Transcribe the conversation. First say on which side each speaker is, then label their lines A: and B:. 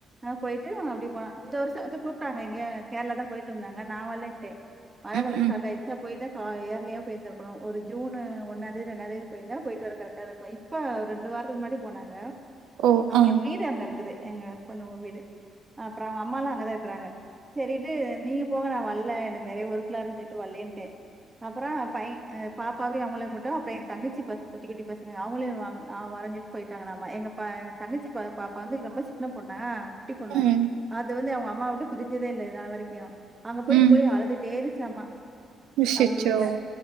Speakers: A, on the right (about 20°); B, on the right (about 85°).
A: ஆ போய்ட்டு அப்டி போன இந்த வர்ஷோ வந்து கூப்ட்டாங்க எங்கியோ கேர்ளா தா போய்ட்டு வந்தாங்க நா வர்லேன்ட்டே மழ
B: ம் ம்
A: காலோ ஸ்டார்ட்
B: ம்
A: ஆய்ருச்சா போய் தா ஆ ஏர்லியா போய்ருந்துருக்கனு ஒரு ஜூனு ஒன்னாந்தேதி ரெண்டாந்தேதி போயிர்ந்தா போய்ட்டு வர கரெக்ட்டாருந்துருக்கு இ ப்போ ஒரு ரெண்டு வாரத்துக்கு முன்னாடி போனாங்க
B: ஓ
A: அவுங்களுக்கு
B: ஆ
A: வீடு அங்க இருக்குது எங்க அஸ்பண்டு வீடு அப்புறோ அவங்க அம்மால்லா அங்கதா இருக்கறாங்க சரிட்டு நீங்க போங்க நா வல்ல எனக்கு நெறைய ஊர்க்குலா வந்துட்டு வர்லேன்ட்ட அப்புறோ பையன் பாப்பாவ அவங்கள மட்டு அப்புற என் தங்கச்சி பசங் குட்டி குட்டி பசங்க அவங்கள வாங் வரஞ்சிட் போயிட்டாங்க நாம எங்க த தங்கச்சி பாப் பாப்பா வந்து ரொம்ப சின்ன பொண்ணா குட்டி பொண்ணு
B: ம்
A: அது வந்து அவங்க அம்மாவுட்டு பிரிஞ்சிதே இல்ல இன்ன வரைக்கு அங்க போயிட்டு
B: ம்
A: போய் அழுதுட் ச்ச மா
B: அச்சச்சோ
A: அவங்க வீட்ல